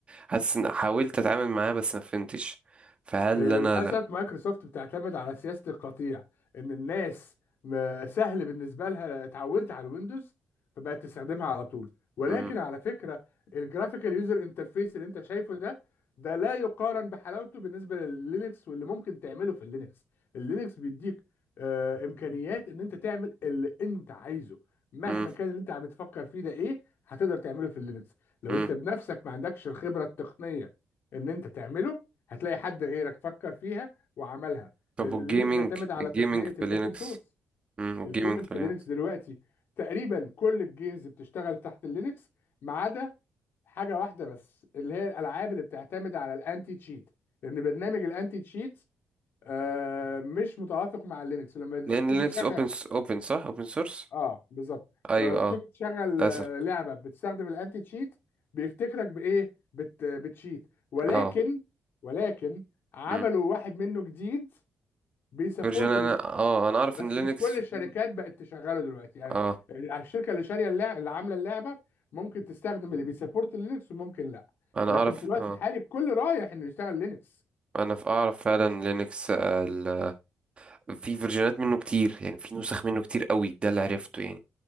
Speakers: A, on the right; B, on the left.
A: حاسس ان حاولت اتعامل معاه بس ما فهمتش فهل
B: هي
A: انا
B: للأسف
A: لا
B: مايكروسوفت بتعتمد على سياسة القطيع إن الناس ما- سهل بالنسبة لها اتعودت على الويندوز فبقت تستخدمها على طول ولكن
A: مم.
B: على فكرة الجرافيكال يوزر انترفيس اللي أنت شايفه ده ده لا يقارن بحلاوته بالنسبة لللينكس واللي ممكن تعمله في اللينكس اللينكس بيديك آه، إمكانيات إن أنت تعمل اللي أنت عايزه مهما
A: مم.
B: كان اللي أنت عم بتفكر فيه ده إيه هتقدر تعمله في اللينكس لو
A: مم.
B: أنت بنفسك ما عندكش الخبرة التقنية إن أنت تعمله هتلاقي حد غيرك فكر فيها وعملها
A: طب
B: لان
A: والجيمنج
B: لينكس بيعتمد على
A: الجيمنج
B: تقنيه
A: في
B: الاوبن
A: لينكس
B: سورس
A: مم. والجيمنج
B: الجيمنج
A: في
B: في
A: لينكس
B: لينكس دلوقتي تقريبا كل الجيمز بتشتغل تحت اللينكس ما عدا حاجه واحده بس اللي هي الالعاب اللي بتعتمد على الانتي تشيت لان برنامج الانتي تشيت آه، مش متوافق مع اللينكس لما
A: لان
B: تيجي
A: لينكس
B: تشغل
A: اوبن اوبن صح اوبن سورس
B: اه بالظبط
A: ايوه
B: فبتيجي
A: اه
B: تشغل
A: للاسف
B: آه، لعبه بتستخدم الانتي تشيت بيفتكرك بايه بت بتشيت ولكن
A: اه
B: ولكن عملوا
A: مم.
B: واحد منه جديد بيسبورت
A: فيرجن انا
B: اللعبة.
A: اه انا اعرف
B: بس
A: ان لينكس
B: مش كل
A: في
B: الشركات
A: منه
B: بقت تشغله دلوقتي يعني
A: اه
B: الشركه اللي شاريه اللعبه اللي عامله اللعبه ممكن تستخدم اللي بيسبورت لينكس وممكن لا
A: انا
B: لكن
A: اعرف
B: في الوقت
A: اه
B: الحالي الكل رايح انه يشتغل لينكس
A: انا في اعرف فعلا لينكس آه، ال- في فيرجنات منه كتير يعني في نسخ منه كتير قوي ده اللي عرفته يعني